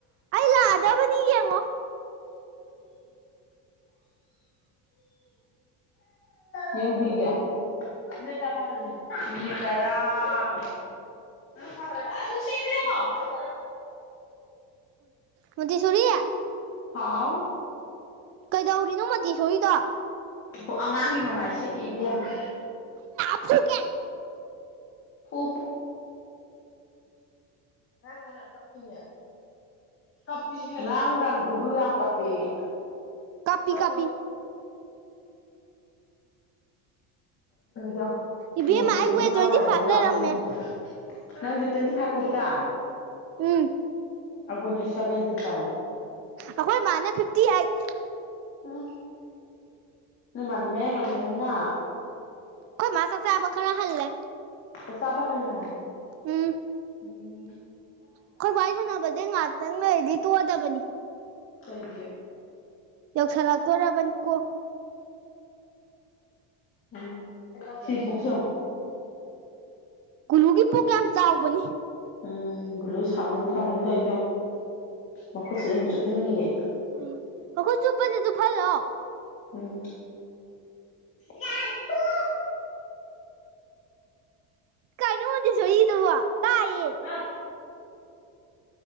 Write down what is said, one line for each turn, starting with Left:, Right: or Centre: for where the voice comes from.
Right: ꯑꯩ ꯂꯥꯛꯑꯗꯕꯅꯤ ꯌꯦꯡꯉꯣ
Left: ꯌꯦꯡꯕꯤꯒꯌꯥ ꯀꯌꯥ ꯐꯒꯅꯤ ꯇꯔꯥ ꯣ ꯇꯔ ꯐ
Right: ꯍꯧꯗꯤ ꯁꯨꯔꯌꯥ
Left: ꯍꯥꯎ
Right: ꯀꯩꯗꯧꯔꯤꯅꯣ ꯃꯣꯟꯇꯦꯁꯣꯔꯤꯗꯣ
Left: ꯑꯣ ꯑꯉꯥꯡꯒꯤ ꯃꯃꯥꯏꯁꯦ ꯏꯕ ꯌꯥꯝꯃ
Right: ꯊꯦ
Left: ꯍ ꯍ ꯀꯄ ꯀꯄ ꯔꯪꯗꯪꯒꯂꯨ ꯌꯥꯝꯥꯡ ꯀꯞꯄꯦꯒ
Right: ꯀꯥꯞꯄꯤ
Left: ꯀꯔ
Right: ꯀꯥꯞꯄꯤ
Left: ꯃ
Right: ꯏꯕꯦꯝꯃ
Left: ꯃꯣꯇꯤꯚꯦ
Right: ꯑꯩ ꯋꯦꯠ
Left: ꯌꯥꯎ
Right: ꯇ꯭ꯋꯦꯟꯇꯤ
Left: ꯇꯧꯕꯁꯦ
Right: ꯐꯥꯏꯚ
Left: ꯌꯥꯎꯅꯤꯡꯉꯤ
Right: ꯂꯩꯔꯝꯃꯦ
Left: ꯅꯪꯁ ꯇ꯭ꯋꯦꯟꯇꯤ ꯐꯥꯏꯚ ꯈꯛꯇ
Right: ꯇ
Left: ꯑꯒꯣꯖꯤꯁꯕꯦꯟꯇꯤ ꯐꯥꯜ
Right: ꯑꯩꯈꯣꯏ ꯃꯥꯅ ꯐꯤꯞꯇꯤ ꯑꯩꯠ
Left: ꯎ ꯅꯣꯏ ꯃꯥꯗꯤ ꯃꯌꯥꯡ ꯌꯥꯝ ꯀꯪꯉꯤꯅ
Right: ꯑꯩꯣꯏ ꯃꯥ ꯆꯥꯛꯁꯦ ꯑꯕ ꯈꯔ ꯍꯜꯂꯦ
Left: ꯇꯁꯥꯕ ꯍꯜꯂ
Right: ꯑꯦ
Left: ꯎꯝ
Right: ꯑꯩꯈꯣꯏꯚꯏꯁꯨꯅꯥꯕꯁꯦ ꯉꯥꯛꯇꯪꯗꯤ ꯇꯨꯗꯕꯅꯤ
Left: ꯍꯥꯏꯦ
Right: ꯌꯧ ꯁꯥ ꯂꯥꯛ ꯇꯧꯣꯔꯥꯕꯟꯀꯣ
Left: ꯝ ꯁꯤꯁꯨ
Right: ꯀꯨꯂꯨꯒꯤ ꯄꯨꯛ ꯌꯥꯝ ꯆꯥꯎꯕꯅꯤ
Left: ꯎꯝ ꯒꯨꯂꯨ ꯁꯥꯎꯅꯤꯡ ꯁꯥꯎꯅꯤꯡꯗꯣ ꯑꯩꯖꯣ ꯃꯈꯨꯠꯁꯤ ꯑꯃꯨꯛ ꯆꯨꯞꯅꯤꯡꯉꯌꯦ
Right: ꯎ ꯍꯈꯣꯏ ꯆꯨꯞꯄꯅꯤ ꯑꯗꯨ ꯐꯜꯣ
Left: ꯎꯝ ꯌꯥ ꯊ
Right: ꯀꯩꯅꯣꯗꯤ ꯁꯏꯗꯨꯕ ꯇꯥꯏꯌꯦ
Left: ꯑ